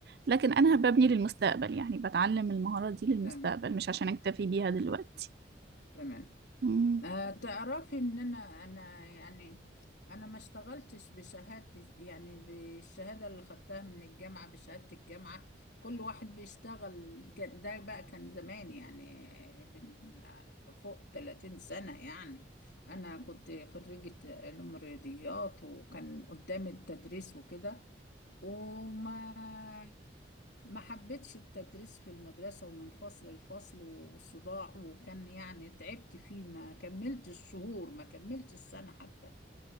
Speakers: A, on the right (about 55°); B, on the left (about 65°).
A: لكن انا
B: اه
A: ببني
B: تمام
A: للمستقبل يعني بتعلم المهارات دي للمستقبل
B: تمام
A: مش عشان اكتفي بيها دلوقتي
B: تمام
A: امم
B: آه، تعرفي ان انا انا يعني انا ما اشتغلتش بشهادة يعني بالشهادة اللي خدتها من الجامعة بشهادة الجامعة كل واحد بيشتغل كان- ده بقى كان زمان يعني من فوق 30 سنة يعني انا كنت خريجة علوم رياضيات وكان قدامي التدريس وكده وما ما حبيتش التدريس في المدرسة ومن فصل لفصل والصداع وكان يعني تعبت فيه ما كملتش الشهور ما كملتش السنة حتى